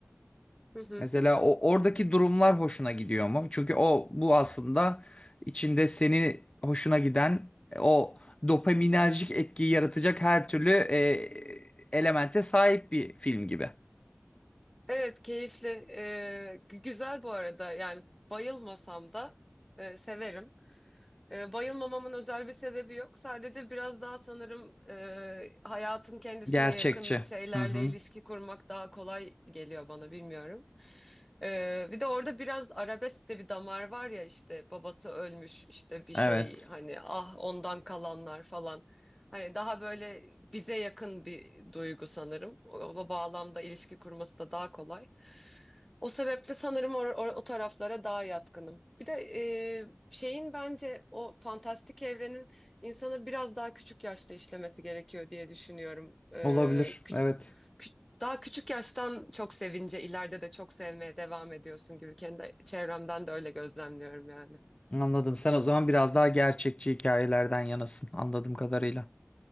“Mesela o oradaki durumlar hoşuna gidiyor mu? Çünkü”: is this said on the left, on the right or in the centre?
Left